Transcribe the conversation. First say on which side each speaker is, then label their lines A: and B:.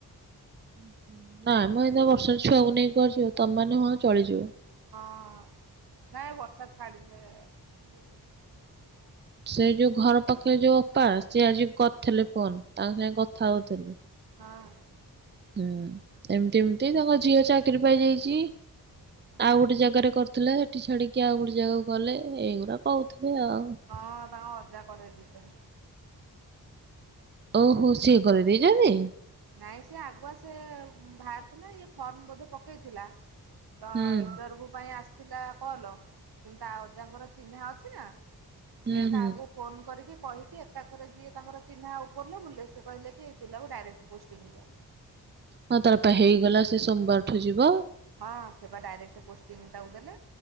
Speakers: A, on the right; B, on the right.
A: ହୁଁ ନାଇମ ଏମିତିଆ ବର୍ଷାରେ ଛୁଆକୁ ନେଇକି କୁଆଡେ ଯିବୁ ତମେ ମାନେ ହଁ ଚଳିଯିବ।
B: ହଁ, ନାଇଁ ବର୍ଷା ଛାଡିଲେ। <inaudible>
A: ସେ ଯୋଉ ଘର ପାଖେ ଯୋଉ ଅପା ସିଏ ଆଜି କରିଥିଲେ ଫୋନ୍ ତାଙ୍କ ସାଙ୍ଗେ କଥା ହଉଥିଲି।
B: ହଁ
A: ହୁଁ ଏମିତି ଏମ୍ତି ତାଙ୍କ ଝିଅ ଚାକିରି ପାଇଯାଇଛି।
B: ହଁ
A: ଆଉ ଗୋଟେ ଜାଗାରେ କରୁଥିଲା ସେଠି ଛାଡିକି ଆଉ ଗୋଟେ ଜାଗାକୁ ଗଲେ ଏଇଗୁଡା କହୁଥିଲେ ଆଉ।
B: ହଁ, ତାଙ୍କ ଅଜା କରେଇ ଦେଇଛନ୍ତି।
A: ଓହୋ ସିଏ କରିଦେଇଚନ୍ତି।
B: ନାଇଁ ସେି ଆଗୁଆ ସେ ବାହାରି ଥିଲା ଇଏ ଫର୍ମ ବୋଧେ ପକେଇଥିଲା ତ
A: ହୁଁ।
B: ଇଣ୍ଟରଭ୍ୟୁ ପାଇଁ ଆସିଥିଲା କଲ୍ ତା ଓଜାଙ୍କର ଚିହ୍ନା ଅଛି ନା
A: ହୁଁ
B: ସେ
A: ହୁଁ
B: କାହାକୁ ଫୋନ୍ କରିକି କହିକି ଏକାଥରେ ଯିଏ ତାଙ୍କର ଚିହ୍ନା ଉପରିଲ ବୁଲେ ସେ କହିଲେ ଯେ ଏଇ ପିଲାକୁ ଡାଇରେକ୍ଟ୍ ପୋଷ୍ଟିଙ୍ଗ୍
A: ହଁ ତାର ପା ହେଇଗଲା ସେ ସୋମବାରଠୁ ଯିବ ଆଉ
B: ହଁ ସେଟ ଡାଇରେକ୍ଟ ପୋଷ୍ଟିଂ ଟକୁ ଦେଲେ